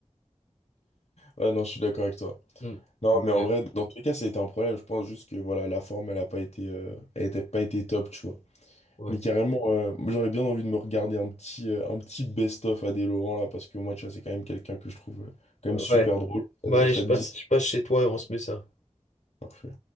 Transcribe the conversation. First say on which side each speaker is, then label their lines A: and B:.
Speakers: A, on the left; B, on the left.
A: Ouais, non, je suis d'accord avec toi.
B: Mm.
A: Non,
B: Mais,
A: mais en
B: euh,
A: vrai, dans tous les cas, ça a été un problème. Je pense juste que voilà, la forme, elle a pas été, euh, elle était pas été top, tu vois.
B: Ouais.
A: Mais carrément, euh, j'aurais bien envie de me regarder un petit, euh, un petit best-of Adé Laurent là, parce que moi, tu vois, c'est quand même quelqu'un que je trouve euh, quand même super
B: Ouais.
A: drôle. Euh,
B: Bah allez,
A: ça
B: je
A: te
B: passe,
A: dit?
B: je passe chez toi et on se met ça.
A: Parfait.